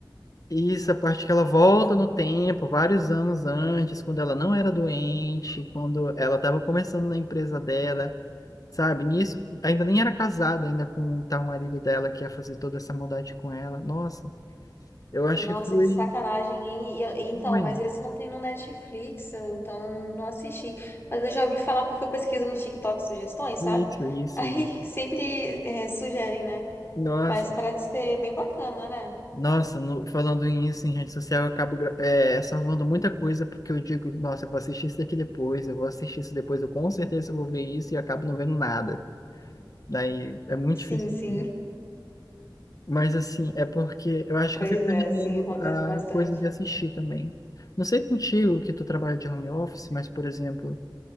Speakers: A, on the left; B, on the left.
A: Isso, a parte que ela volta no tempo, vários anos antes, quando ela não era doente, quando ela estava começando na empresa dela. sabe? Nisso, ainda nem era casada ainda com o tal marido dela que ia fazer toda essa maldade com ela. Nossa, eu acho
B: Nossa,
A: que foi,
B: que sacanagem, hein? E eu- e então,
A: foi
B: mas esse não tem no Netflix, eu- então eu não, não assisti. Mas eu já ouvi falar porque eu pesquiso no TikTok sugestões, sabe?
A: isso, isso,
B: Aí
A: isso.
B: <laughs> sempre é, sugerem, né?
A: Nossa,
B: Mas parece ser bem bacana, né?
A: nossa, no- falando isso em rede social, eu acabo gra- é, salvando muita coisa porque eu digo, nossa, eu vou assistir isso daqui depois, eu vou assistir isso depois, eu com certeza vou ver isso e acabo não vendo nada. Daí é muito
B: Sim,
A: difícil.
B: sim.
A: assim. Mas assim, é porque eu acho
B: Pois
A: que eu fui perdendo
B: é, sim, acontece bastante.
A: a coisa de assistir também. Não sei contigo que tu trabalha de home office, mas, por exemplo,